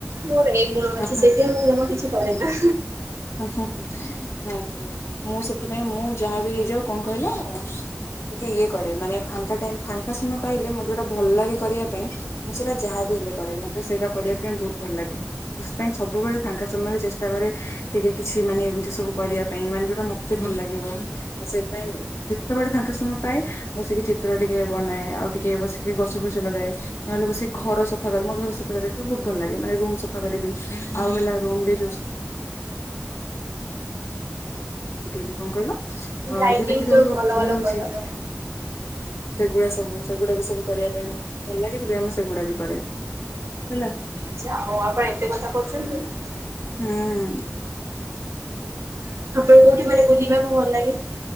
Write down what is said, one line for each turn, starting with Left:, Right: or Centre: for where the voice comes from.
Right: ମୋର ଏଇ ଗୁଣ
Left: ହଁ
Right: ଅଛି
Left: ହଁ।
Right: ସେଥିପାଇ ମୁଁ ଜମା କିଛି କରେ ନା।
Left: ନାଇ ଇଁ ମୁଁ ସେଥିପାଇଁ ମୁଁ ଯାହା ବି ହେଇଯାଉ କଣ କହିଲ ଆଉ ଟିକେ ଇଏ କରେ ମାନେ ଫାଙ୍କା ଟ ଫାଙ୍କା ସମୟ ପାଇଲେ ମୋେଟା ଭଲ ଲାଗେ କରିବା ପାଇଁ ମୁଁ ସେଇଟା ଯାହାବି ହେଲେ କରେ ମତେ ସେଇଟା କରିବା ପାଇଁ ବହୁତ ଭଲ ଲାଗେ। ସେ ସେଥିପାଇ ସବୁବେଳେ ଫାଙ୍କା ସମୟରେ ଚେଷ୍ଟା କରେ। ଟିକେ କିଛି ମାନେ ଏମ୍ତି ସବୁ କରିବା ପାଇଁ, ମାନେ ଯଉଟା ମତେ ଭଲ୍‌ ଲାଗିବ। ସେ ପାଇଁ ଯେତବଳେ ଫାଙ୍କା ସମୟ ପାଏ, ବସିକି ଚିତ୍ର ଟିକେ ବନାଏ, ଆଉ ଟିକେ ବସିକି ଗଛ ଫସ ଲଗାଏ। ନହେଲେ ବସି ଘର ସଫା କରେ। ମ ଘର ସଫା କରି---କୁ ବଉତ୍ ଭଲ୍‌ ଲାଗେ, ମାନେ ରୁମ୍ ସଫା କରିବି। ଆଉ ହେଲା ରୁମ୍ ରେ <inaudible> ଙ୍କ କହିଲ,
Right: ଲାଇଟିଂ
Left: ଯଉ ଦେଖି ଥିବ
Right: ଯୋଉ
Left: ସବୁ
Right: ଅଲଗା
Left: ମିଳୁଛି।
Right: ଅଲଗା କଲର
Left: ସେଗୁଡ଼ା ସବୁ, ସେଗୁଡ଼ା ବି ସବୁ କରିବା ପାଇଁ ଭଲ୍ ଲାଗେ, ସେଥିପାଇଁ ମୁଁ ସେଗୁଡ଼ା ବି କରେ। <inaudible>
Right: <unintelligible>
Left: <inaudible>
Right: <unintelligible>